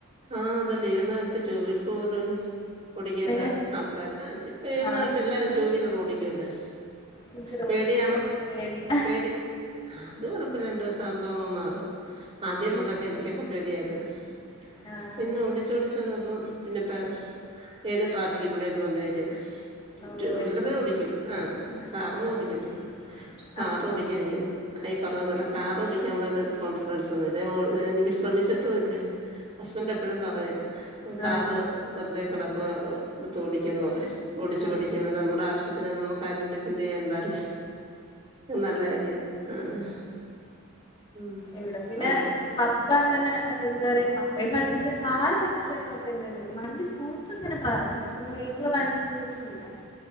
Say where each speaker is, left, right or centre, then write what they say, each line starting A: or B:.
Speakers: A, on the right; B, on the left.
A: ആഹ് അതല്ലെ ഇന്ന വന്ന കാലത്ത് ട്യൂ വീലർ പോലും ഓടിക്കാത്ത
B: ഏഹ്
A: ആൾക്കാർ ഇപ്പ ഈ വന്ന
B: ആവശ്യല്ല
A: ആൾക്കാർ എല്ലാരും ടു വീലർ ഓടിക്കുവല്ലേ
B: എനിക്ക് റോട്ടിലേക്ക്
A: പേടിയണോ
B: എറക്കാൻ പേടിയാ
A: പേടി അത് കൊഴപ്പില്ല രണ്ടോസം പ്പാമ്പങ്ങ് മാറും ആദ്യംമക്കൊക്കെ
B: ഉം
A: എനിക്കൊക്കെ പേടിയാരുന്നു
B: ആഹ്
A: പിന്നെ ഓടിച്ചോടിച്ചു വന്നപ്പം പിന്നെപ്പം ഏത് ട്രാഫിക്കിലൂടേം പോവാൻധൈര്യാ
B: ഓഹ്
A: ടൂവീലറെ
B: അത് ശരി
A: ഓടിക്കൂ ആഹ്
B: ആഹ്
A: കാറൊന്നും
B: ആഹ്
A: ഓടിക്കത്തില്ല
B: ആഹ്
A: കാറ്
B: ആഹ്
A: ഓടിക്കാനിക്ക് ഈ പറഞ്ഞതുപോലെ കാറ് ഓടിക്കാനുള്ള ഒരു കോൺഫിഡൻസൊന്നുല്ലാ ഓട് എനിക്ക് ശ്രമിച്ചിട്ടും ഇല്ല ഹസ്ബെന്റ് എപ്പഴും പറയും കാറ്
B: ആഹ് ആഹ്
A: വെറുതെ കെടക്കുവാ എടുത്തോടിക്കെന്നു പറയും ഓടിച്ച്
B: ആഹ്
A: പഠിക്കന്നരം നമ്മടെ ആവശ്യത്തിന് നമുക്കാരേം ഡിപ് എന്ത്യ്യാ എന്താല്ലേ നല്ല കാര്യാ ആഹ് ഉം
B: ഇവിടെപ്പിന്നെ
A: ഏഹ്.
B: പപ്പ അങ്ങനെ ഇഹ് എന്താറയ്യാ പപ്പേം പഠിപ്പിച്ചെ കാറ് പഠിപ്പിച്ചരോ ഇപ്പ എന്തേ <unintelligible> വണ്ടി സ്കൂട്ടർന്ന്ങ്ങനെ പറയും പക്ഷെ വെയ്ക്ക്ള് വണ്ടി സ്കൂട്ര് ഇല്ല